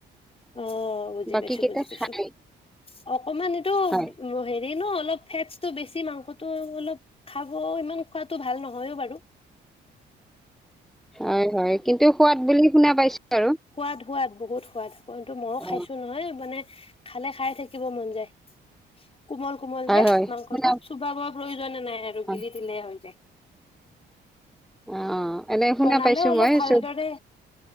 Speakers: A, on the left; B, in the centre.
A: অ, বুজি
B: বাকী
A: পাইছো,
B: কেইটা
A: বুজি পাইছো
B: খাই
A: অকমান এইটো
B: হয়
A: হেৰি ন। ফেটছটো বেছি মাংসটো অলপ খাব ইমান খোৱাটো ভাল নহয় বাৰু।
B: হয়, হয় কিন্তু সোৱাদ বুলি শুনা পাইছো। আৰু
A: সোৱাদ সোৱাদ বহুত সোৱাদ কিন্তু মইও
B: অ
A: খাইছো নহয় মানে খালে খাই থাকিব মন যায়। কোমল কোমল
B: হয়
A: যে
B: হয়
A: মাংসটো
B: শুনা
A: চুবাৱ প্ৰয়োজনে নাই,
B: হয়
A: গিলি দিলে হৈ যায়।
B: অ এনে শুনা
A: বনালেও
B: পাইছো
A: অলপ
B: মই
A: ভালদৰে
B: চব